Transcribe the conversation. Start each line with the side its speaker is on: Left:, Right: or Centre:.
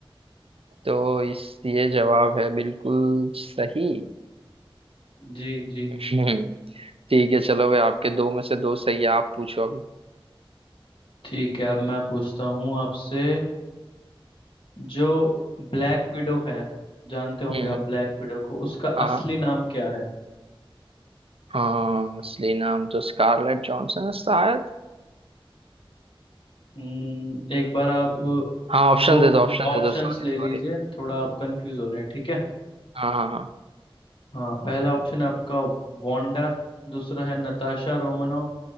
Right: तो इस ये जवाब है बिल्कुल सही
Left: जी जी
Right: हम्म, ठीक है चलो भाई आपके दो में से दो सही है आप पूछो अभी
Left: ठीक है अब मैं पूछता हूँ आपसे जो ब्लैक विडो है जानते होंगे
Right: हम्म
Left: आप ब्लैक विडो को उसका
Right: हाँ
Left: असली नाम क्या है
Right: हाँ असली नाम तो स्कारलेट जॉनसन है शायद
Left: हम्म, एक बार आप
Right: हाँ ऑप्शन
Left: वो
Right: दे दो ऑप्शन
Left: ऑप्शंस
Right: दे दो सॉरी
Left: ले
Right: सॉरी
Left: लीजिए थोड़ा आप कंफ्यूज हो रहे हैं ठीक है
Right: हाँ हाँ हाँ
Left: हाँ पहला ऑप्शन आपका वांडा दूसरा है नताशा रोमनॉफ